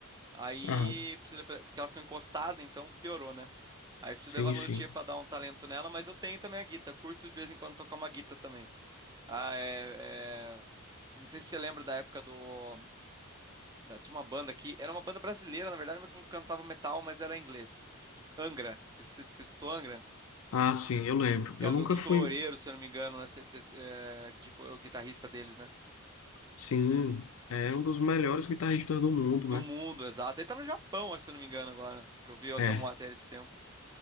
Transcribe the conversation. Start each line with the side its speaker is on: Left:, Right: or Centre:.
Right: Aí
Left: Ah,
Right: precisa, porque ela ficou encostada, então piorou, né? Aí preciso
Left: sim,
Right: levar no
Left: sim.
Right: luthier pra dar um talento nela, mas eu tenho também a guita, curto de vez em quando tocar uma guita também. Ah, é, é- eu Não sei se você lembra da época do. Da... Tinha uma banda aqui. Era uma banda brasileira, na verdade, mas que cantava metal, mas era em inglês. Angra. Você você- você escutou Angra?
Left: Ah, sim, eu lembro.
Right: que
Left: Eu
Right: era
Left: nunca
Right: do Kiko
Left: fui,
Right: Loureiro, se eu não me engano, né? se- se- é, que foi o guitarrista deles, né?
Left: sim, é um dos melhores guitarristas do mundo,
Right: Do
Left: né?
Right: mundo, exato. Ele tá no Japão, acho, se eu não me engano, agora, que eu vi até
Left: É,
Right: uma matéria esse tempo.